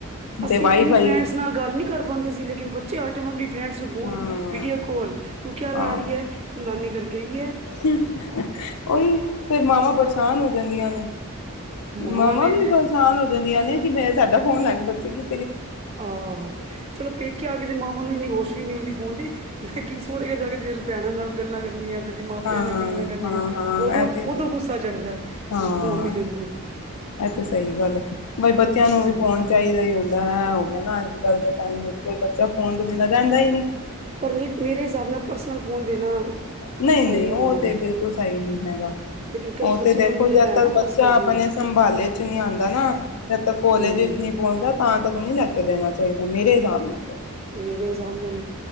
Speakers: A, on the right (about 25°); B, on the left (about 85°).
A: ਅਸੀਂ
B: ਤੇ ਵਾਈਫਾਈ
A: ਆਪਣੀ ਫਰੈਂਡਸ ਗੱਲ ਨਹੀਂ ਕਰ ਪਾਉਂਦੇ ਸੀ ਲੇਕਿਨ ਬੱਚੇ ਹਰ ਟਾਈਮ ਆਪਣੇ ਫੈਂਡੋਨ ਫੋਨ,
B: ਹਾਂ
A: ਵੀਡੀਓ ਕਾਲ ਤੂੰ ਕਿਆ ਲਾ
B: ਆਹੋ
A: ਰਹੀ ਹੈ ਤੂੰ ਨਾਨੀ ਘਰ ਗਈ ਹੈ।
B: <unintelligible> <unintelligible> ਉਹੀ ਫੇਰ ਮਾਵਾਂ ਪਰੇਸ਼ਾਨ ਹੋ ਜਾਂਦੀਆਂ ਨੇ
A: ਮਾਵਾਂ
B: ਮਾਵਾ
A: ਨੇ
B: ਵੀ ਪਰੇਸ਼ਾਨ ਹੋ ਜਾਂਦੀਆਂ ਨੇ ਕਿ ਮੈਂ ਸਾਡਾ ਫੋਨ ਲੈ ਕੇ ਬੱਚੇ ਕਿ
A: ਆ, ਚਲੋ ਪੇਕੇ ਆ ਕੇ ਮਾਵਾ ਨੂੰ ਇੰਨੀ ਹੋਸ਼ ਵੀ ਨਹੀਂ ਹੁੰਦੀ ਫੋਨ ਦੀ ਲੇਕਿਨ ਸਹੁਰੇ ਘਰ ਜਾ ਕੇ ਭੈਣਾਂ ਨਾਲ ਗੱਲਾਂ ਕਰਨੀਆਂ। ਕਦੀ ਮਾਂ-ਪਿਓ
B: ਹਾਂ
A: ਨਾਲ ਗੱਲਾਂ ਕਰਨੀਆਂ
B: ਹਾਂ ਹਾਂ
A: ਉਦੋਂ
B: ਇਹ ਤੇ ਹੈ
A: ਉਦੋਂ ਗੁੱਸਾ ਚੜਦਾ ਜਦੋਂ
B: ਹਾਂ
A: ਫੋਨ ਨਹੀ ਦਿੰਦੇ।
B: ਇਹ ਤੇ ਸਹੀ ਗੱਲ ਹੈ ਬਈ ਬੱਚਿਆਂ ਨੂੰ
A: ਹਮ
B: ਵੀ ਫੋਨ ਚਾਹੀਦਾ ਹੀ ਹੁਣ ਐ ਹੋ ਗਿਆ ਨਾ ਅੱਜ-ਕੱਲ ਦੇ ਟਾਈਮ ਕੋਈ ਬੱਚਾ ਫੋਨ ਤੋਂ ਬਿਨਾ ਰਹਿੰਦਾ ਹੀ ਨੀ।
A: ਪਰ ਮੇਰੇ ਹਿਸਾਬ ਨਾਲ ਪਰਸਨਲ ਫੋਨ ਦੇਣਾ
B: ਨਹੀਂ-ਨਹੀਂ
A: ਸਹੀ ਨਹੀਂ
B: ਉਹ
A: ਹੈ ਹਜੇ
B: ਤੇ ਬਿਲਕੁਲ ਸਹੀ ਨਹੀਂ ਹੈਗਾ
A: ਲੇਕਿਨ ਕਈ
B: ਉਹ
A: ਬੱਚਿਆਂ
B: ਤੇ ਦੇਖੋ
A: ਨੂੰ ਮਿਲਿਆ
B: ਜਦ
A: ਹੋਇਆ
B: ਤੱਕ
A: ਨਾ
B: ਬੱਚਾ
A: ਪਰਸਨਲ ਫੋਨ
B: ਆਪਣੇ ਸੰਭਾਲੇ ਚ ਨੀ ਆਉਂਦਾ ਨਾ ਜਦ ਤੱਕ ਕਾਲਜ
A: ਹਮ
B: ਵਿੱਚ
A: ਹਮ
B: ਨਹੀਂ ਪਹੁੰਚਦਾ ਤਾਂ ਤੱਕ ਨਹੀਂ ਲੈ ਕੇ ਦੇਣਾ ਚਾਹੀਦਾ ਮੇਰੇ ਹਿਸਾਬ ਨਾਲ
A: ਮੇਰੇ ਹਿਸਾਬ ਨਾਲ,